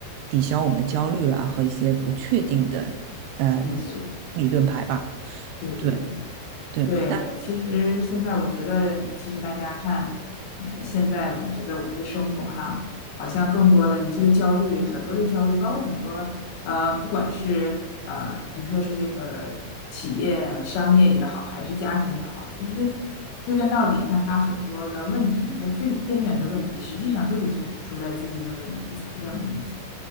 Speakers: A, on the right; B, on the left.
A: 抵消我们的焦虑啊和一些不确定的，呃，
B: 因素，
A: 理论牌吧。
B: 对对对。
A: 对对，
B: 对，
A: 但
B: 其实现在我觉得，其实大家看，呃，现在我们觉得我们的生活哈，好像更多的你这个焦虑，很多的焦虑，包括很多呃，不管是呃，你说是这个企业啊、商业也好，还是家庭也好，其实归根到底，看它很多的问题，它最根源的问题，实际上就是出出在资金的问题、财政的问题。